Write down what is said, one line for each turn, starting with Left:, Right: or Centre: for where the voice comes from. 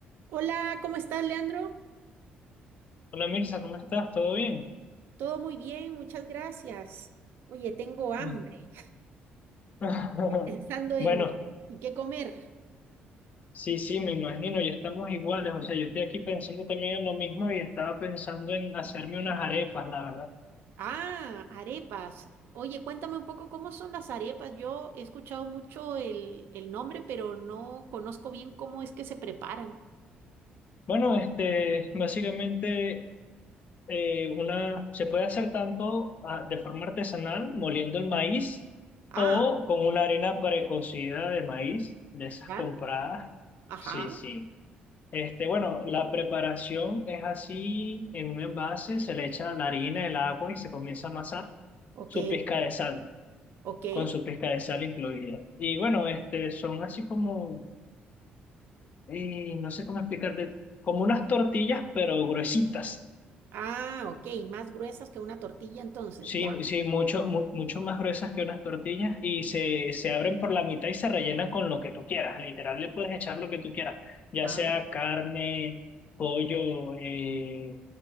Right: Hola, ¿cómo estás, Leandro?
Left: Hola Mirza, ¿cómo estás? ¿Todo bien?
Right: Todo muy bien, muchas gracias. Oye, tengo hambre,
Left: Mm. <laughs>
Right: <laughs> pensando en
Left: Bueno,
Right: ¿y qué comer?
Left: sí, sí, me imagino, ya estamos iguales. O sea, yo estoy aquí pensando también en lo mismo y estaba pensando en hacerme unas arepas, la verdad.
Right: Ah, arepas. Oye, cuéntame un poco cómo son las arepas. Yo he escuchado mucho el, el nombre, pero no conozco bien cómo es que se preparan.
Left: Bueno, este, básicamente, eh, una, se puede hacer tanto ah, de forma artesanal, moliendo el maíz,
Right: Ah,
Left: o con una harina precocida de maíz, de esas
Right: ¿ya?
Left: compradas.
Right: Ajá,
Left: Sí, sí. Este, bueno, la preparación es así, en un envase se le echa la harina, el agua y se comienza a amasar
Right: ok,
Left: su pizca de sal,
Right: ok.
Left: con su pizca de sal incluida. Y bueno, este, son así como, eh, no sé cómo explicarte, como unas tortillas, pero gruesitas.
Right: Ah, ok, más gruesas que una tortilla entonces,
Left: Sí,
Right: ya.
Left: sí, mucho, mu- mucho más gruesas que unas tortillas y se, se abren por la mitad y se rellenan con lo que tú quieras. Literal, le puedes echar lo que tú quieras, ya
Right: Ah,
Left: sea carne, pollo, eh,